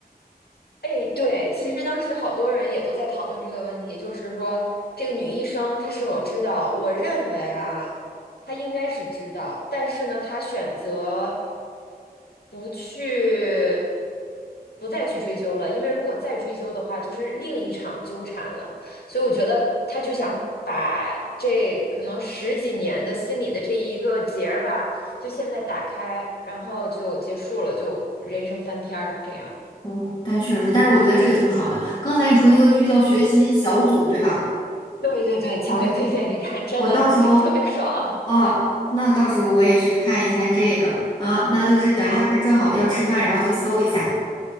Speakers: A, on the left; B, on the left.
A: 哎，对，其实当时好多人也都在讨论这个问题，就是说这个女医生她是否知道？我认为啊，她应该是知道，但是呢，她选择不去，不再去追究了，因为如果再追究的话，就是另一场纠缠了。所以我觉得她就想把这可能十几年的心里的这一个结儿吧，就现在打开，然后就结束了，就人生翻篇儿这样。
B: 哦，但确实是，但是我觉得这个挺爽的。刚才你说那个剧叫《学习小组》，对吧
A: <laughs> 对对对，强烈推荐你看，
B: ？OK OK，
A: 真的，
B: 我到时候。
A: 这特别爽。
B: 哦，那到时候我也去看一下这个啊，那就是等一下会正好要吃饭，
A: 好，
B: 然后就搜一下。